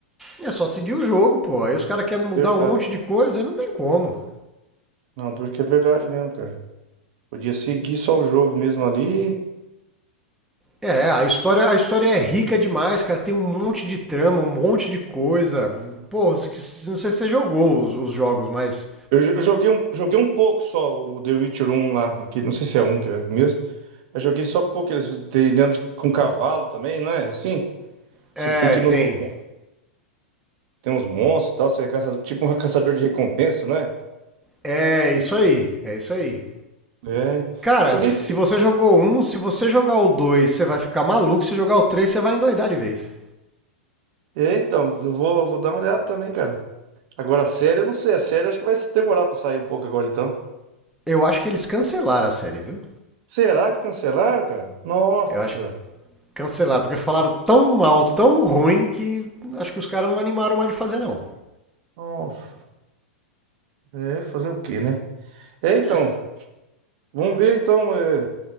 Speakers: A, in the centre; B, on the right.
A: É só seguir o jogo, pô. Aí os caras querem mudar
B: Verdade.
A: um monte de coisa e não tem como.
B: Não, duro que é verdade mesmo, cara. Podia seguir só o jogo mesmo ali.
A: É, a história, a história é rica demais, cara. Tem um monte de trama, um monte de coisa. Pô, s- que- não sei se você jogou os, os jogos, mas.
B: Eu, jo- eu joguei um, joguei um pouco só o The Witcher um lá, aquele- não sei se é um que é mesmo. Eu joguei só um pouco, eles tem dentro de- com cavalo também, não é? Assim,
A: É,
B: você tem que
A: tem.
B: ir nos lugares, tem uns monstros e tal, você é caçador, tipo um caçador de recompensa, não é?
A: É isso aí, é isso aí.
B: É,
A: Cara,
B: joguei.
A: se você jogou um, se você jogar o dois, você vai ficar maluco. Se jogar o três, você vai endoidar de vez.
B: É, então, eu vou, vou dar uma olhada também, cara. Agora a série, eu não sei, a série eu acho que vai se demorar pra sair um pouco agora então.
A: Eu acho que eles cancelaram a série, viu?
B: Será que cancelaram, cara? Nossa,
A: Eu acho que cancelaram, porque falaram tão mal, tão ruim, que acho que os caras não animaram mais de fazer, não.
B: nossa. É, fazer o quê, né? É, então,
A: É.
B: vamos ver então, é,